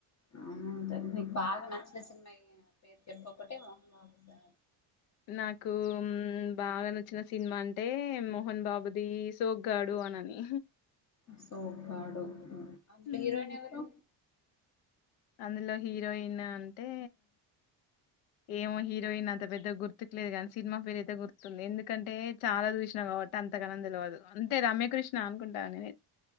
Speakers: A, on the left (about 35°); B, on the left (about 85°).
A: అవుంట నీకు బాగా నంచిన సినిమా పేరు చెప్ప ఒకటే మోహన్ బాబు
B: నాకు బాగా నచ్చిన సినిమా అంటే మోహన్ బాబుది సోక్గాడు పోనాని
A: సోకాడు అందులో
B: హ్మ్.
A: హీరోయిన్ ఎవరు
B: అందులో హీరోయిన్ అంటే ఏమో హీరోయిన్ అంత పెద్ద గుర్తుకు లేదు కానీ సినిమా ఫేర్ అయితే గుర్తుంది ఎందుకంటే చాలా చూసిన కాబట్టి అంతగాన తెలియదు అంతే రమ్య కృష్ణ అనుకుంటా అని